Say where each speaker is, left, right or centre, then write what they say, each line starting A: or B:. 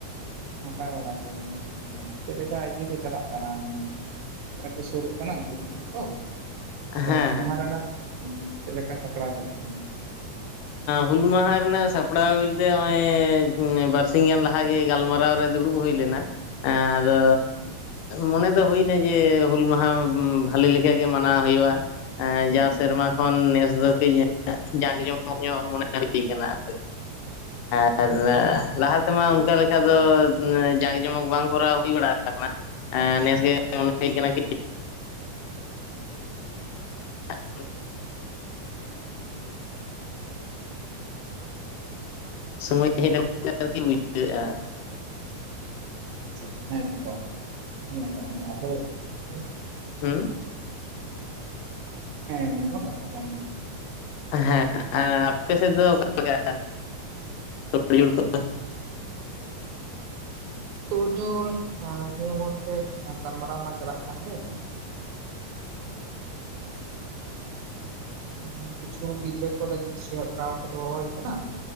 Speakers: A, on the right; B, on the left.
A: ᱱᱟᱯᱟᱭ ᱵᱟᱲ ᱜᱮ ᱪᱮᱫ ᱞᱮᱠᱟ ᱤᱭᱟᱹ ᱠᱚ ᱪᱟᱞᱟᱜ ᱠᱟᱱᱟ ᱱᱚᱜ ᱛᱚ ᱥᱩᱨᱩᱜ ᱠᱟᱱᱟ ᱦᱩᱞᱢᱟ ᱠᱚ ᱚᱲᱮᱡ
B: ᱦᱮᱸ
A: ᱦᱩᱞ ᱢᱟᱦᱟᱸ ᱨᱮᱱᱟᱜ ᱪᱮᱫᱮ ᱞᱮᱠᱟ ᱥᱟᱯᱲᱟᱣ ᱪᱟᱞᱟᱜ ᱠᱟᱱᱟ
B: ᱦᱩᱞ ᱢᱟᱦᱟ ᱨᱮᱱᱟᱜ ᱥᱟᱯᱲᱟᱣ ᱵᱩᱛᱮ ᱱᱚᱜᱼᱚᱭ ᱵᱟᱨᱥᱤ ᱜᱟᱱ ᱞᱟᱦᱟᱮ ᱜᱮ ᱜᱟᱞᱢᱟᱨᱟᱣ ᱟᱨᱟᱣ ᱨᱮ ᱫᱩᱲᱩᱵ ᱦᱩᱭ ᱞᱮᱱᱟ ᱟᱫᱚ ᱢᱚᱱᱮ ᱫᱚ ᱦᱩᱭᱱᱟ ᱡᱮ ᱦᱩᱞ ᱢᱟᱦᱟ ᱵᱷᱟᱞᱮ ᱞᱮᱠᱟᱜ ᱜᱮ ᱢᱟᱱᱟᱣ ᱦᱩᱭᱩᱜᱼᱟ᱾
A: ᱦᱩᱸ
B: ᱡᱟ ᱥᱮᱨᱢᱟ ᱠᱷᱚᱱ ᱱᱮᱥ ᱫᱚ ᱠᱟᱹᱡ ᱡᱟᱸᱠ ᱡᱚᱢᱚᱠ ᱧᱚᱜ ᱢᱚᱱᱮ ᱦᱩᱭ ᱠᱟᱱᱟ <inaudible> ᱞᱟᱦᱟ ᱛᱮᱢᱟ ᱚᱱᱠᱟ ᱞᱮᱠᱟ ᱫᱚ ᱡᱟᱸᱠ ᱡᱚᱢᱚᱠ ᱵᱟᱝ ᱠᱚᱨᱟᱣ ᱦᱩᱭ ᱵᱟᱲᱟᱜ <inaudible> ᱟᱠᱟᱱᱟ ᱱᱮᱥᱜᱮ ᱢᱚᱱᱮ ᱦᱩᱭ ᱠᱟᱱᱟ <inaudible> <inaudible> <inaudible> <inaudible> <inaudible> <inaudible> <inaudible> ᱥᱚᱢᱚᱭ ᱦᱮᱡ ᱞᱮᱱᱠᱷᱟᱱ ᱜᱮ ᱟᱨᱠᱤ ᱵᱩᱡᱷᱟᱹᱜᱼᱟ᱾
A: <inaudible> <inaudible> <inaudible>
B: ᱦᱩ
A: ᱦᱮᱸ ᱚᱱᱟᱢᱟ ᱠᱟᱛᱷᱟ ᱠᱟᱱ ᱜᱮᱭᱟ᱾
B: ᱦᱮᱸ ᱟᱯᱮ ᱥᱮᱫ ᱫᱚ ᱚᱠᱟ ᱞᱮᱠᱟ <inaudible> <inaudible>
A: ᱛᱩᱲᱡᱳᱲ ᱱᱤᱭᱟᱹ ᱢᱩᱦᱩᱨᱛᱮ ᱜᱟᱞᱢᱟᱨᱟᱣ ᱢᱟ ᱪᱟᱞᱟᱜ ᱠᱟᱱ ᱜᱮ <unintelligible> ᱠᱤᱪᱷᱩ ᱜᱤᱫᱽᱨᱟᱹ ᱠᱚ ᱞᱟᱹᱜᱤᱫ ᱠᱤᱪᱷᱩ ᱦᱟᱛᱟᱣ ᱠᱚ ᱫᱚ ᱦᱩᱭ ᱟᱠᱟᱱᱟ